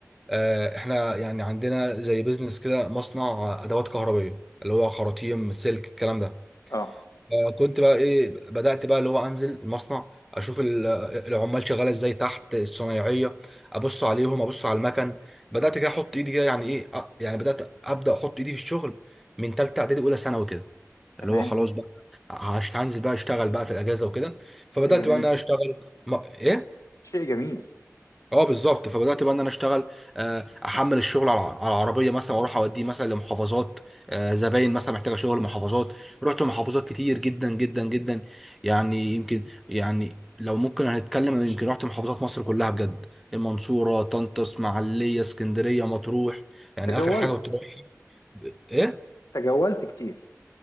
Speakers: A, in the centre; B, on the left (about 85°).
A: آه، احنا يعني عندنا زي بيزنس كده مصنع ادوات كهربائيه اللي هو خراطيم سلك الكلام ده
B: اه
A: آه، كنت بقى ايه بدأت بقى اللي هو انزل المصنع اشوف ال- العمال شغاله ازاي تحت الصنايعيه ابص عليهم ابص على المكن بدأت كده احط ايدي كده يعني ايه أ- يعني بدأت ابدأ احط ايدي في الشغل من ثالثه اعدادي اولى ثانوي كده
B: تمام
A: اللي هو خلاص بقى هشت- هنزل بقى اشتغل بقى في الاجازه وكده
B: شيء
A: فبدأت
B: جميل
A: بقى إن انا اشتغل ما... ايه
B: شيء جميل
A: اه بالظبط فبدات بقى ان انا اشتغل آه، احمل الشغل على على العربيه مثلا واروح اوديه مثلا لمحافظات آه، زباين مثلا محتاجه شغل محافظات رحت محافظات كتير جدا جدا جدا يعني يمكن يعني لو ممكن هنتكلم أنا يمكن رحت محافظات مصر كلها بجد المنصوره طنطا اسماعيليه اسكندريه مطروح يعني
B: تجولت
A: اخر حاجه كنت رايح ايه
B: تجولت كتير